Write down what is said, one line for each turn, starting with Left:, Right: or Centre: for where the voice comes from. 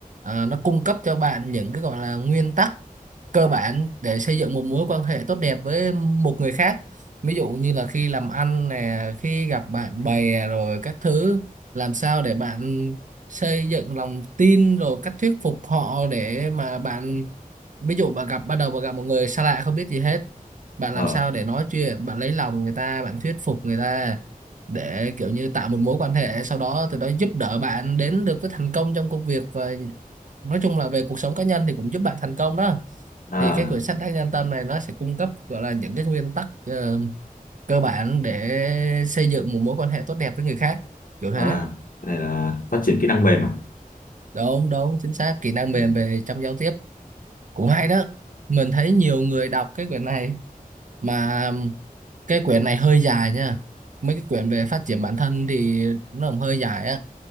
Right: nó cung cấp cho bạn những cái gọi là nguyên tắc cơ bản để xây dựng một mối quan hệ tốt đẹp với một người khác ví dụ như là khi làm ăn nè khi gặp bạn bè rồi các thứ làm sao để bạn xây dựng lòng tin rồi cách thuyết phục họ để mà bạn ví dụ bạn gặp ban đầu bạn gặp một người xa lạ không biết gì hết bạn
Left: ờ
Right: làm sao để nói chuyện bạn lấy lòng người ta bạn thuyết phục người ta để kiểu như tạo một mối quan hệ sau đó từ đó giúp đỡ bạn đến được với thành công trong công việc và nói chung là về cuộc sống cá nhân thì cũng giúp bạn thành công đó
Left: à
Right: thì cái quyển sách Đắc Nhân Tâm này nó sẽ cung cấp gọi là những cái nguyên tắc ờ, cơ bản để xây dựng một mối quan hệ tốt đẹp với người khác kiểu thế
Left: à cái này là phát triển kỹ năng mềm à
Right: đúng đúng chính xác kỹ năng
Left: ừ.
Right: mềm về trong giao tiếp cũng hay đó mình thấy nhiều người đọc cái quyển này mà cái quyển này hơi dài nha mấy cái quyển về phát triển bản thân thì nó cũng hơi dài á